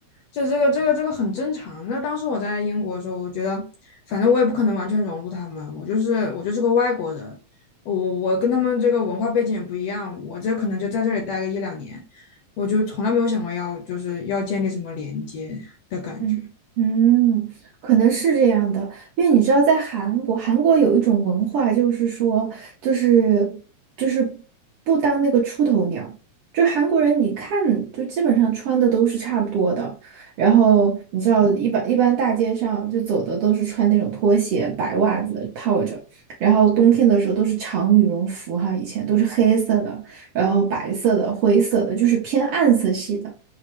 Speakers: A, on the left; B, on the right.
A: 这这个这个这个很正常。那当时我在英国的时候，我觉得反正我也不可能完全融入他们，我就是我就是个外国人，我我跟他们这个文化背景也不一样，我这可能就在这里待个一两年。我就从来没有想过要就是要建立什么连接的感觉。
B: 嗯嗯，可能是这样的，因为你知道，在韩国，韩国有一种文化，就是说，就是就是不当那个出头鸟，就是韩国人，你看就基本上穿的都是差不多的，然后你知道，一般一般大街上就走的都是穿那种拖鞋、白袜子套着，然后冬天的时候都是长羽绒服哈，以前都是黑色的，然后白色的、灰色的，就是偏暗色系的。